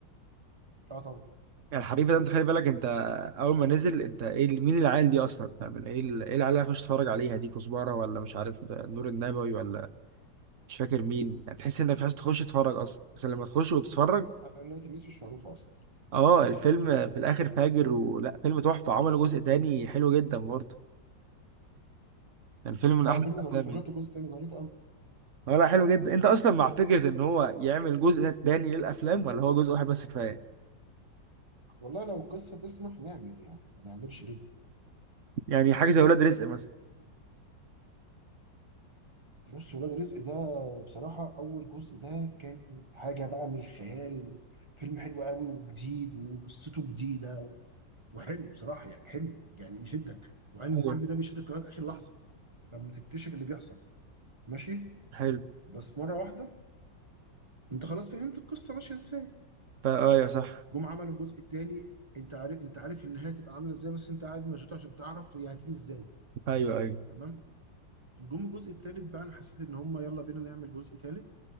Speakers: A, on the right; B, on the right.
A: اه طبعا
B: يعني الحريفه ده انت خلي بالك انت اول ما نزل انت ايه ال- مين العيال دي اصلا فاهم ال- ايه ال- ايه العيال اللي هخش اتفرج عليها دي كزبره ولا مش عارف ده نور النبوي ولا مش فاكر مين يعني تحس انك مش عايز تخش تتفرج اصلا بس لما تخش وتتفرج
A: نهاية الناس مش معروفة أصلا
B: اه الفيلم في الاخر فاجر ولا فيلم تحفه عملوا جزء تاني حلو جدا برضه يعني فيلم من
A: لا
B: احلى
A: الفيلم
B: الافلام
A: ظريف
B: يعني.
A: أنا شفت الجزء التاني ظريف أوي
B: اه لا حلو جدا انت اصلا مع فكره ان هو يعمل جزء تاني للافلام ولا هو جزء واحد بس كفايه
A: والله لو القصة تسمح نعمل يعني ما نعملش ليه
B: يعني حاجه زي ولاد رزق مثلا
A: بص ولاد رزق ده بصراحة أول جزء ده كان حاجة بقى من الخيال فيلم حلو قوي وجديد وقصته جديدة وحلو بصراحة يعني حلو يعني يشدك وأن
B: ايوه
A: الفيلم ده بيشدك لغاية آخر لحظة لما تكتشف اللي بيحصل ماشي
B: حلو
A: بس مرة واحدة أنت خلاص فهمت القصة ماشية إزاي
B: فا ايوه صح
A: جم عملوا الجزء الثاني انت عارف انت عارف النهايه هتبقى عامله ازاي بس انت قاعد مشدود عشان تعرف هي هتيجي ازاي
B: ايوه ايوه
A: تمام جم الجزء الثالث بقى انا حسيت ان هم يلا بينا نعمل جزء ثالث